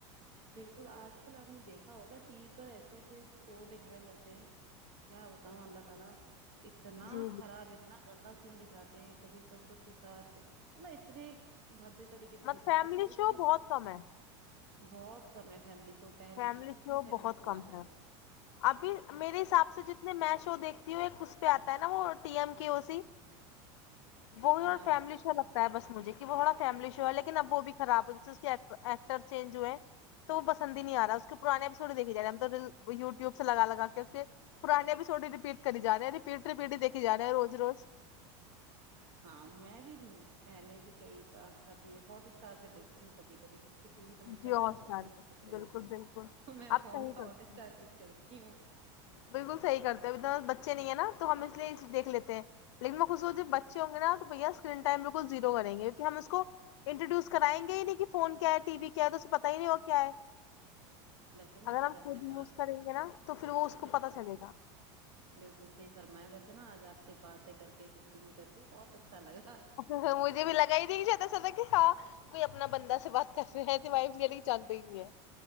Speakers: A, on the right (about 50°); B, on the left (about 75°).
A: بالکل آج کل آپ نے دیکھا ہوگا ٹی وی پر ایسے ایسے شو دکھائے جاتے ہیں کیا بتاؤں اللہ تعالی اتنا
B: جی
A: خراب اتنا گندا سین دکھاتے ہیں کبھی سسر کے ساتھ مطلب اتنے بھدے طریقے سے
B: مل
A: دکھاتے
B: فیملی
A: ہیں کہ اس
B: شو
A: سے
B: بہت کم ہے
A: بہت کم ہے فیملی شو پہلے
B: فیملی
A: کتنے
B: شو
A: فیملی
B: بہت
A: شو
B: کم
A: آتے
B: ہے
A: تھے
B: ابھی میرے حساب سے جتنے میں شو دیکھتی ہوں ایک اس پہ آتا ہے نا وہ T M K O C وہی
A: ہاں
B: اور فیملی اچھا لگتا ہے بس مجھے کہ وہ تھڑا فیملی شو ہے لیکن اب وہ بھی خراب ہو ج ایکٹر چینج ہو ہے تو وہ بسند نہیں آ رہا اس کے پرانسڈ دیک جا رہے ہمیوٹیوب سے لگا لگا کے اس کے پرانے اپسڈ رپیٹ کر جا رہے ہیں رپیٹ رپیٹ دیکے جاے ہیں روز روز
A: ہاں میں بھی میں نے بھی کئی کبھی ہٹ اسٹار پہ دیکھی ہوں کبھی کبھی ٹی وی تو میں چلا
B: جیو
A: نہیں
B: ہاٹ اسٹار
A: سکتی بچوں
B: پہ
A: کی
B: بالکل
A: وجہ سے
B: بالکل
A: میں
B: آپ
A: فون
B: صحیح
A: کا
B: کرتے
A: آٹ اسٹار
B: ہیں
A: یوز کرتی ہوں
B: بالکل صحیح کرتے ہیں ات بچے نہیں ہے نا تو ہم اس لیے دیکھ لیتے ہیں لیکن میں خچھ ہو جب
A: اس
B: بچے ہوں گ نا تو بیس ٹائم بک زیرو کریں گے کی ہم اس کو انٹروڈیوس کرائیں گے ہی نہیں کہ فون کیا ہے ٹی وی کیا ہے اسے پت ہی نہیں ہو کیا ہے
A: ویسے نا
B: اگر
A: آج
B: ہم
A: آپ
B: خود
A: سے بات
B: یوز کریں گے نا تو وہ اس کو
A: بالکل
B: پتا چلے
A: بالکل
B: گا
A: بالکل سحی فرما ویسے نا آج آ سے باتیں کر کے گپتگو کر کے بہت اچھا لگا
B: اچا مجھے بھی لگا ہی نہیں جات سب ہاں کوئی اپنا بندہ سے بات کر رہ ہیں تو وائف لینے کی جانتے ہی نہیں ہے